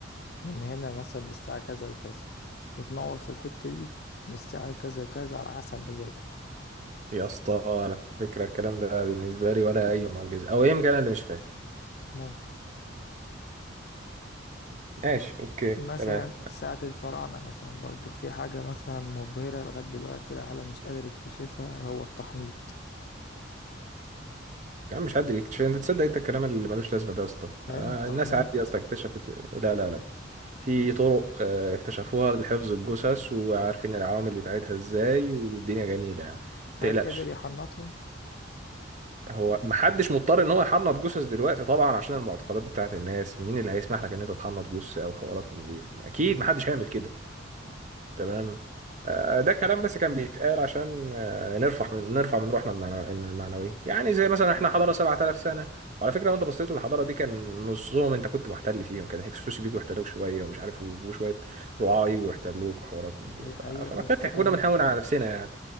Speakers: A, on the left (about 55°); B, on the right (about 40°).
A: من هنا مثلا من الساعة كذا لكذا وتنور في الحتة دي من الساعة كذا لكذا على حسب مزاجه
B: يا اسطى على فكره الكلام ده بالنسبه لي ولا اي معجزه او يمكن انا اللي مش فاهم
A: ممكن
B: ماشي اوكي
A: مثلا
B: تمام
A: ساعة الفراعنة مثلا برضو في حاجة مثلا مبهرة لغاية دلوقتي العالم مش قادر يكتشفها هو التحنيط
B: يا عم مش حد يكتشف انت تصدق انت الكلام اللي ملوش لازمه ده يا اسطى
A: علم
B: آه،
A: التحنيط
B: الناس عادي يا اسطى اكتشفت لا لا لا في طرق آه، اكتشفوها لحفظ الجثث وعارفين العوامل بتاعتها ازاي والدنيا جميله يعني ما
A: هل
B: تقلقش
A: قدر يحنطهم؟
B: هو محدش مضطر ان هو يحنط جثث دلوقتي طبعا عشان المعتقدات بتاعت الناس مين اللي هيسمح لك ان انت تحنط جثة او حوارات من دي اكيد
A: مم.
B: محدش هيعمل كده تمام آه، ده كلام بس كان بيتقال عشان آه، نرفع من نرفع من روحنا المعنو- إن المعنوية يعني زي مثلا احنا حضارة 7000 سنة وعلى فكرة لو انت بصيت للحضارة دي كان نصهم انت كنت محتل فيهم كان هكسوس بيجوا يحتلوك شوية ومش عارف وشوية رعاة يجوا يحتلوك وحوارات من دي
A: دي
B: ف-
A: حقيقة
B: فما
A: بس
B: كانش-
A: كانت
B: كنا بنهون على نفسنا يعني.